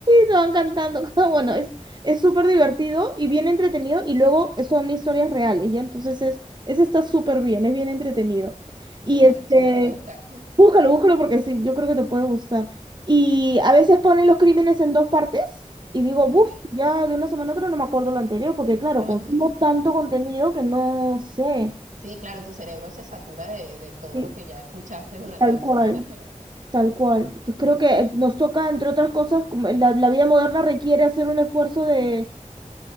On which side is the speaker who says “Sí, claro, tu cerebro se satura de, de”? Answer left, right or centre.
Right